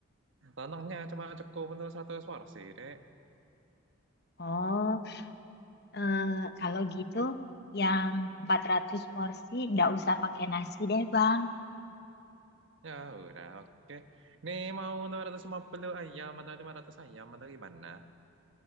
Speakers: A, on the right; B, on the left.
A: Tanahnya cuma cukup untuk 100 porsi, Dek.
B: Oh, Eh, kalau gitu yang 400 porsi nggak usah pakai nasi deh Bang.
A: Ya udah, oke. Ini mau 250 ayam atau 500 ayam atau gimana?